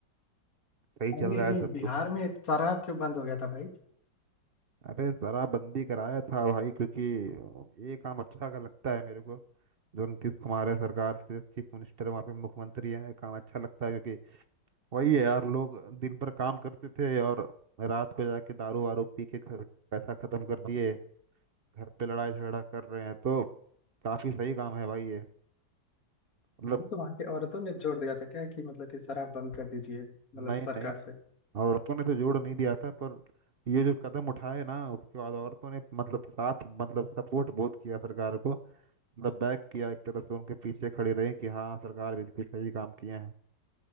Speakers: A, on the right; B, on the left.
A: सही
B: अरे
A: चल रहा है
B: ये
A: सब
B: बिहार
A: कुछ
B: में शराब क्यों बंद हो गया था भाई
A: अरे जरा बंदी कराया था भाई क्योंकि ये काम अच्छा का लगता है मेरे को जो नीतीश कुमार है सरकार से चीफ मिनिस्टर वहाँ पे मुख्यमंत्री है काम अच्छा लगता है क्योंकि वही है यार लोग दिन भर काम करते थे और रात को जाके दारू वारू पी के घर- पैसा खत्म कर दिए घर पे लड़ाई झगड़ा कर रहे हैं तो काफी सही काम है भाई ये मतलब
B: अभी तो वहां की औरतों ने जोर दिया था क्या कि मतलब कि शराब बंद कर दीजिए मतलब
A: नहीं
B: सरकार
A: नहीं
B: से
A: औरतों ने तो जोड़ नहीं
B: हम्म।
A: दिया था पर ये जो कदम उठाए ना उसके बाद औरतों ने मतलब साथ मतलब सपोर्ट बहुत किया सरकार को मतलब बैक किया एक तरफ से उनके पीछे खड़ी रही कि हाँ सरकार बिल्कुल सही काम किए हैं